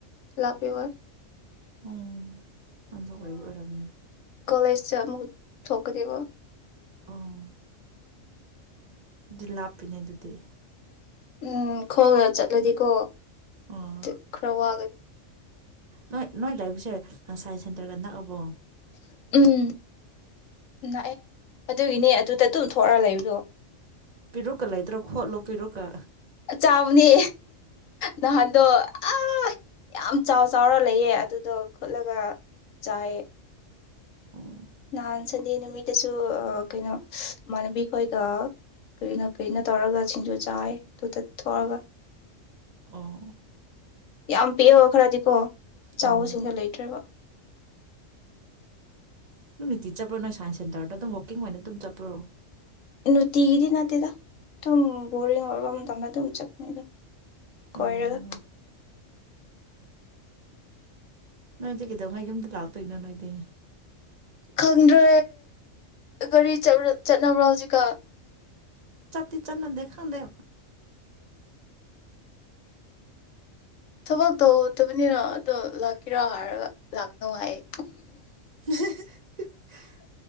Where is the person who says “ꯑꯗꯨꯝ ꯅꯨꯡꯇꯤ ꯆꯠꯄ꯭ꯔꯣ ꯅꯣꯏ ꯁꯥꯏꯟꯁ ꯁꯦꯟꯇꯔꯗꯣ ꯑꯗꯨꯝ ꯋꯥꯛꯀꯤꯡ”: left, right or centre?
Right